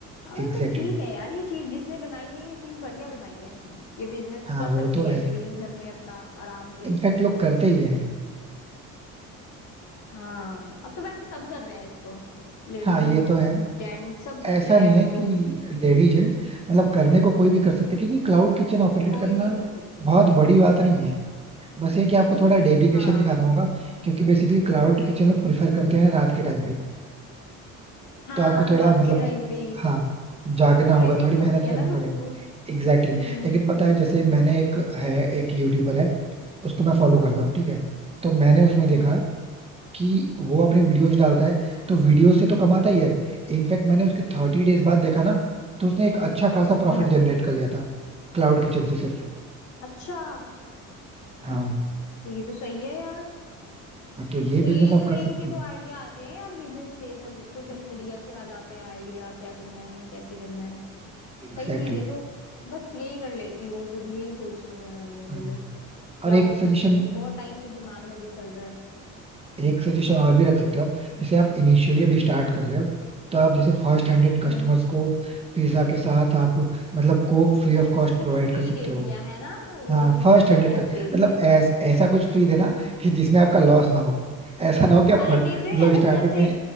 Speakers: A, on the left; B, on the right.
A: हाँ वैसे
B: Exactly
A: ठीक
B: exactly.
A: है यार ये चीज जिसने बनाई है ये चीज बढ़िया बनाई है ये बिजनेस
B: हाँ
A: कर
B: वो
A: सकती
B: तो है
A: है लेडीज घर में अपना आराम से
B: इनफैक्ट लोग करते ही है
A: हाँ अब तो वैसे सब कर रहे हैं इसको लेडीज
B: हाँ ये तो है
A: जेंट सब कर
B: ऐसा
A: रहे
B: नहीं
A: हैं अब
B: है
A: तो
B: कि लेडीज जेंट्स मतलब करने को कोई भी कर सकते क्योंकि क्लाउड किचन ऑपरेट
A: कोई
B: करना
A: भी कर सकता
B: बहुत
A: है
B: बड़ी बात नहीं है बस ये कि आपको थोड़ा डेडिकेशन
A: हाँ
B: दिखाना होगा क्योंकि बेसिकली क्लाउड किचन लोग प्रेफर करते हैं रात के टाइम पे
A: हाँ
B: तो आपको थोड़ा
A: रात
B: मतलब
A: के टाइम पे
B: हाँ जागना
A: क्रेविंग्स
B: होगा थोड़ी मेहनत
A: होती है
B: करनी
A: ना लोगों
B: पड़ेगी
A: को
B: Exactly exactly.
A: हम्म
B: लेकिन पता है जैसे मैंने एक है एक यूट्यूबर है उसको मैं फॉलो करता हूँ ठीक है तो मैंने उसमें देखा
A: हम्म
B: कि वो अपनी वीडियोस डालता है तो वीडियो से तो कमाता ही है इनफैक्ट मैंने उसके थर्टी डेज बाद देखा ना तो उसने एक अच्छा खासा प्रॉफिट
A: हम्म
B: जनरेट कर लिया था क्लाउड किचन से सिर्फ
A: अच्छा
B: हाँ
A: ये तो सही है यार
B: हाँ, तो ये
A: तो यही
B: बिजनेस आप
A: तो यहीं
B: कर सकते
A: से
B: हो
A: तो आइडिया आते हैं यार बिजनेस के जब सोशल मीडिया से आ जाते हैं आइडिया क्या करना है हमें कैसे करना है
B: Exactly
A: सही चीज
B: exactly.
A: है तो बस यही कर लेती हूँ फिर यही सोच रही हूँ मैं करने के
B: हम्म।
A: लिए क्लाउड
B: और एक सजेशन
A: किचन बहुत टाइम से दिमाग में भी चल रहा है
B: एक सजेशन और भी रख सकते हो आप जैसे आप इनिशियली अभी स्टार्ट कर रहे हो तो आप जैसे फर्स्ट हंड्रेड
A: हम्म
B: कस्टमर्स को पिज्जा के साथ आप मतलब coke free of cost
A: कुछ
B: provide
A: फ्री
B: कर सकते
A: दे
B: हो
A: दिया है ना वो
B: हाँ
A: हाँ
B: फर्स्ट हंड्रेड
A: कोक
B: का
A: दे
B: मतलब
A: दी
B: ऐस, ऐसा कुछ फ्री देना
A: हाँ
B: कि जिसमें आपका लॉस ना हो ऐसा ना हो कि आप
A: अरे
B: फंड
A: देते
B: मतलब
A: हैं ना
B: स्टार्टिंग
A: जैसे
B: में